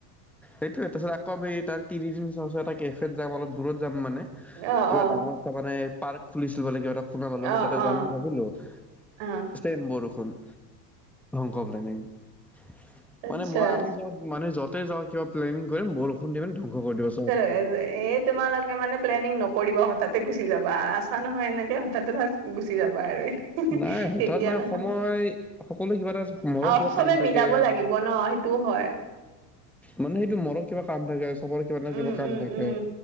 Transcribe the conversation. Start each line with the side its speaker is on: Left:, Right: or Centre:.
Centre: সেইটোয়ে তাৰপিছত আকৌ এই তাৰ তিৰিদিন চচ এটাকে ফিত যাম অলপ দূৰত যাম মানে
Right: অ',
Centre: কিবা
Right: অ'।
Centre: ডাঙৰ মানে পাৰ্ক খুলিছিল বোলে কিবা এটা শুনা পালো আমি
Right: অ',
Centre: তাতে
Right: অ',
Centre: যাম বুলি ভাবিলো,
Right: অ'।
Centre: বেছি বৰষুণ। <unintelligible>
Right: আচ্ছা।
Centre: মানে মই আমি যত মানে য তে যাওঁ কিবা প্লেনিং কৰিম বৰষুণ দি মানে ধ্বংস কৰি দিব চব।
Right: এৰ এত তোমালোকে মানে প্লেনিং নকৰিবা হঠাতে গুচি যাবা, আছা নহয় এনেকে হঠাতে বাছ গুচি যাবা আৰু এহেহে
Centre: নাই হঠাৎ
Right: তেতিয়া
Centre: মানে
Right: নহয়,
Centre: সময় সকলো কিবা এটা মৰৰ
Right: অ
Centre: কিবা
Right: চবে
Centre: কাম থাকে
Right: মিলাব লাগি বন সেইটো হয়।
Centre: মানে সেইটো মৰত কিবা কাম থাকে। চবৰে কিবা নহয়
Right: উম,
Centre: কিবা কাম
Right: উম,
Centre: থাকে',
Right: উম।